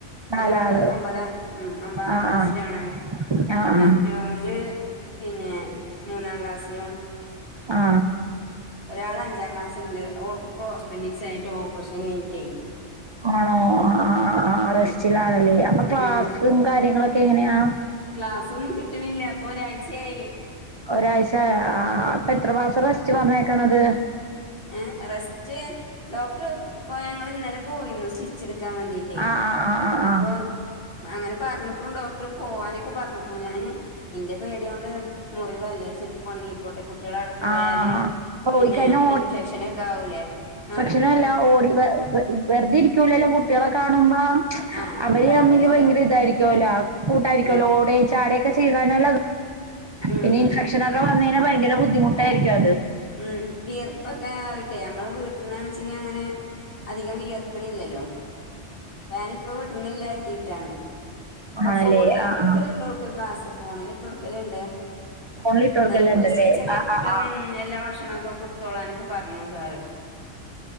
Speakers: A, on the right; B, on the left.
A: നാലാള്
B: ഒരാള് ഒമ്പതാം ഉം ഒമ്പതാം
A: ആഹ്
B: ക്ലാസ്സിലാണ്
A: ആഹ് ആഹ്
B: മറ്റോര് പിന്നെ മൂന്നാം ക്ലാസ്സിലും
A: ആ
B: ഒരാൾ അഞ്ചാം ക്ലാസ് ല്ണ്ട് അവൾക്കിപ്പോ അപ്പൻന്റിസ് ആയിട്ട് ഓറേഷൻ കഴിഞ്ഞിട്ട
A: ആണോ ആ ആ ആ റസ്റ്റിലാണല്ലേ
B: ഉം
A: അപ്പൊ ക്ലാസ്സും
B: ഉം
A: കാര്യങ്ങളൊക്കെ എങ്ങനെയാ?
B: ക്ലാസ്സൊന്നും കിട്ട്ണില്ല പ്പൊ ഒരാഴ്ചായി
A: ഒരാഴ്ചായ ആ ആ അപ്പ എത്ര മാസാ റസ്റ്റ് പറഞ്ഞേക്കണത്
B: ഏ റെസ്റ്റ് ഡോക്ടറ് പ്പൊ ഞങ്ങള് ഇന്നലെ പോയിന്നു സ്റ്റിച്ച് എടുക്കാൻ വേണ്ടിട്ടേ
A: ആഹ് ആഹ് ആഹ് ആഹ് ആഹ്
B: അപ്പൊ അങ്ങനെ പർഞ്ക്കുണു ഡോക്ടർ പോവാനൊക്കെ പർഞ്ക്ക്ണു ഞാന് ഇന്റെ പേടിയോണ്ട് മുറിവല്ലേ ശരിക്കൊണങ്ങി പോട്ടെ കുട്ടിളവിടെ പോയാല്
A: ആഹ്
B: പിന്നെ
A: പോയിക്കഴിഞ്ഞാ
B: ഇൻഫെക്ഷനൊക്കെ ആവലേ ആ
A: പിന്നല്ല ഓടി വെ വെ വെർതിരിക്കൂലല്ലോ കുട്ടിളെ കാണുമ്പോ
B: ആഹ്
A: അവര്
B: കളിക്കോലോ
A: തമ്മില് ഭയങ്കര ഇതായിരിക്കോല്ലോ കൂട്ടായിരിക്കോല്ലോ
B: ഉം
A: ഓടെ ചാടെയൊക്കെ ചെ ചെയ്താന
B: ഉം
A: പിന്നെ ഇൻഫെക്ഷനൊക്കെ
B: ഉം
A: വന്നയ്നെ ഭയങ്കര ബുദ്ധിമുട്ടായിരിക്കും അത്
B: മ് വിയർപ്പൊക്കെ ആയിട്ടേ നമ്മള് വീട്ടിന്നാണച്ച്ങ്കി അങ്ങനെ അധികം വിയർ ണില്ലല്ലോ ഞാന് ഇപ്പ വിട്ണില്ലാന്നരിതിയിട്ടാണ്
A: ആണല്ലേ
B: ഫോണില് ഇട്ടൊടുക്കല്ണ്ട്
A: ആഹ് ആഹ്
B: ഓൾക്ക് ക്ലാസ് ഫോണിൽ ഇട്ടൊടുക്കല്ണ്ട്
A: ഫോണിലിട്ടോർക്കെല്ലാം
B: ഇന്നല്ലെപ്പോയി
A: ഉണ്ടല്ലേ
B: സ്റ്റിച്ച് ഒക്കെ
A: ആഹ്
B: എടുത്തിട്ട
A: ആഹ് ആഹ്
B: മ് എല്ലാ ഭക്ഷണൊക്കെ കൊടുത്തോളാനൊക്കെ പറഞ്ഞു സാറ്